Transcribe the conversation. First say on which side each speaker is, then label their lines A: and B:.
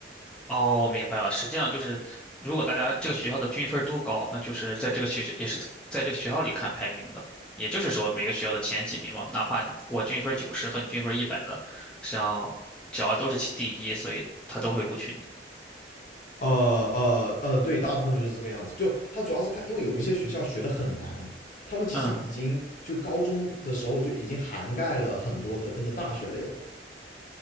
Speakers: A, in the centre; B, on the left (about 45°).
A: 哦，我明白了。实际上就是，如果大家这个学校的均分儿都高，那就是在这个学校也是在这个学校里看排名的。也就是说，每个学校的前几名嘛，哪怕你我均分九十和你均分一百的，实际上只要都是其第一，所以他都会录取你。
B: 呃呃呃，对，大部分就是这个样子。就他主要是看，因为有一些学校学的很难，他们其实已经就高中的时候就已经涵盖了很多的那个大学内容，
A: 嗯，